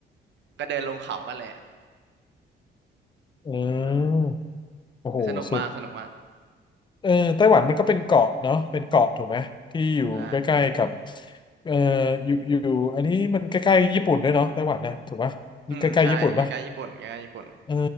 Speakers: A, on the right; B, on the left.
A: ก็เดินลงเขากันเลยอ่ะ
B: เออโอ้โหสุด
A: <laughs> สนุกมากสนุกมาก
B: เออไต้หวันมันก็เป็นเกาะเนาะเป็นเกาะถูกไหมที่อยู่ใกล้ๆกับ
A: ใช่
B: เอออยู่อยู่อันนี้มันใกล้ๆญี่ปุ่นด้วยเนาะไต้หวันนะถูกปะใกล้ๆญี่ปุ่นปะ
A: อืมใช่ใกล้ๆญี่ปุ่นใกล้ๆญี่ปุ่น
B: เออ